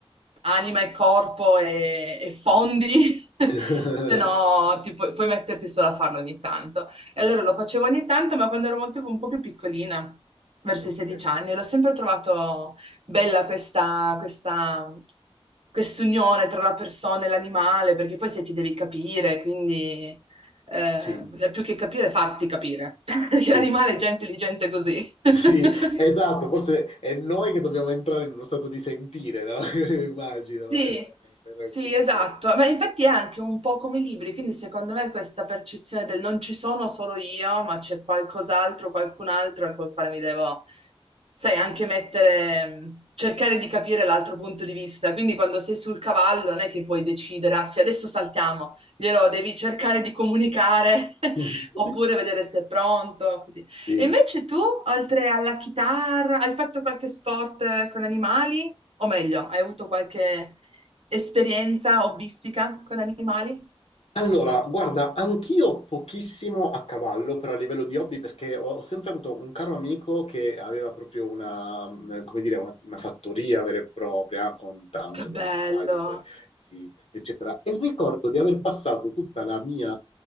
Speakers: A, on the right; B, on the left.
A: anima e corpo e, e fondi, <laughs>
B: <laughs>
A: se no ti puoi, puoi metterti solo a farlo ogni tanto. E
B: Mm,
A: allora lo facevo ogni tanto, ma quando ero molto, un po' più piccolina, verso
B: Ok,
A: i 16 anni, l'ho sempre trovato bella questa, questa, quest'unione tra la persona e l'animale, perché poi se ti devi capire, quindi eh,
B: sì,
A: più che capire, farti capire, <laughs> perché
B: sì,
A: l'animale è già
B: sì,
A: intelligente così. <laughs>
B: Sì, esatto, forse è noi che dobbiamo entrare in uno stato di sentire, no? <laughs> Immagino,
A: Sì,
B: eh,
A: s-
B: per raccontare.
A: sì, esatto, ma infatti è anche un po' come i libri, quindi secondo me questa percezione del non ci sono solo io, ma c'è qualcos'altro, qualcun altro col quale mi devo, sai, anche mettere,
B: Concordo.
A: mhmm, cercare di capire l'altro punto di vista. Quindi quando sei sul cavallo non è che puoi decidere, ah sì, adesso saltiamo, glielo devi cercare di comunicare <laughs>
B: <laughs>
A: oppure vedere se è pronto, così.
B: Sì,
A: E invece tu, oltre alla chitarra, hai fatto qualche sport eh, con animali? O meglio, hai avuto qualche esperienza hobbistica con animali?
B: Allora, guarda, anch'io pochissimo a cavallo, però a livello di hobby, perché ho ho sempre avuto un caro amico che aveva proprio una, eh, come dire, una, una fattoria vera e propria con tanto
A: Che bello!
B: di animali, co- sì, eccetera. E ricordo di aver passato tutta la mia,